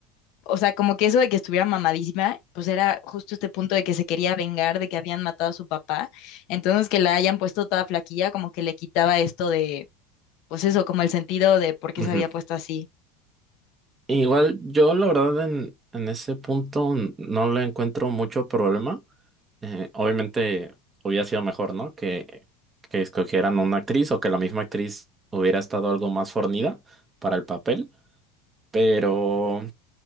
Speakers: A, on the left; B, on the right.
A: o sea, como que eso de que estuviera mamadísima, pues era justo este punto de que se quería vengar de que habían matado a su papá, entonces que la hayan puesto toda flaquilla como que le quitaba esto de, pues eso, como el sentido de por qué
B: ujú.
A: se había puesto así.
B: Igual yo, la verdad, en, en ese punto n- no le encuentro mucho problema. Eh, obviamente hubiera sido mejor, ¿no? Que, que escogieran una actriz o que la misma actriz hubiera estado algo más fornida para el papel. Pero.